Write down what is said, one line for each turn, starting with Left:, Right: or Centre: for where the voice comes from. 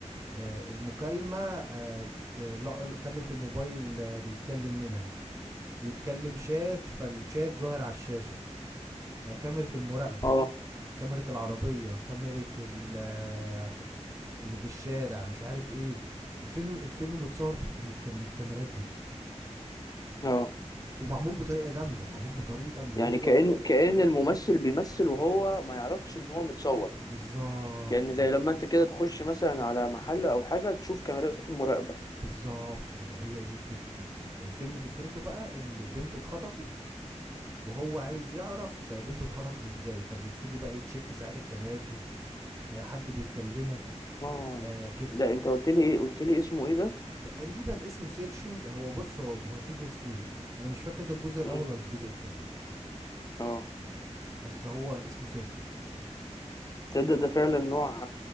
Right: آه، المكالمه آه، ج- آه، لقى كاميرا الموبايل آه، بيتكلم منها بيتكلم شات فالشات ظاهر على الشاشة آه، كاميرا المراقبة
Left: اه
Right: كاميرا العربية كاميرا ال- آه، اللي في الشارع مش عارف ايه الفيلم الفيلم متصور بالكم- بالكم- بالكاميرات دي
Left: اه
Right: ومعمول بطريقة جامدة معمول بطريقة اللي
Left: يعني
Right: هو
Left: كأن كأن الممثل بيمثل وهو ما يعرفش ان هو متصور
Right: بالظبط
Left: كأن
Right: كده
Left: زي لما انت كده تخش مثلا على محل او حاجة تشوف كاميرات المراقبة
Right: بالظبط كده هي دي فكرة الفيلم والفيلم فكرته بقى ان بنته اتخطفت وهو عايز يعرف بنته اتخطفت ازاي فبيبتدي بقى يتشك ساعات الكاميرات دي آه، حد بيكلمه
Left: اه
Right: آه، كده
Left: ده انت قلت لي ايه قلت لي اسمه ايه ده
Right: تقريبا اسمه سيرشنج هو بص هو هو في جزئين انا مش فاكر ده الجزء الاول
Left: مم.
Right: ولا الجزء التاني
Left: اه
Right: بس هو اسمه سيرشنج
Left: تصدق ده فعلا نوع